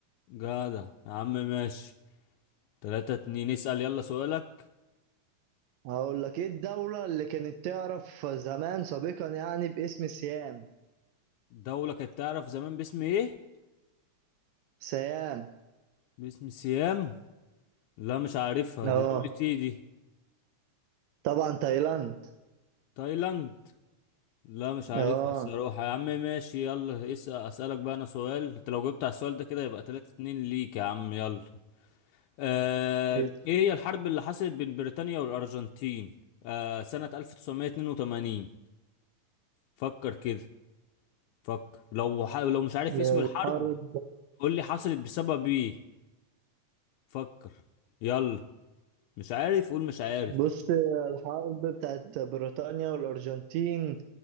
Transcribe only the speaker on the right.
هقول لك ايه الدولة اللي كانت تعرف زمان سابقا يعني باسم سيام
سيام
اه
طبعا تايلاند
اه
إيه،
الحرب
بص الحرب بتاعت بريطانيا والأرجنتين